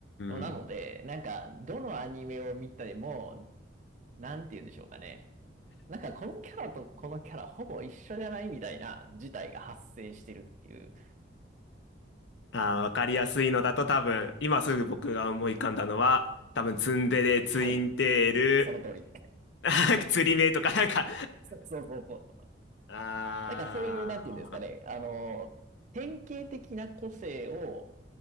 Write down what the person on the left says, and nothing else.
ん。
あー、わかりやすいのだと多分、今すぐ僕が思い浮かんだのは、多分ツンデレ、ツインテール、
<laughs> 釣り目とかなんか
あ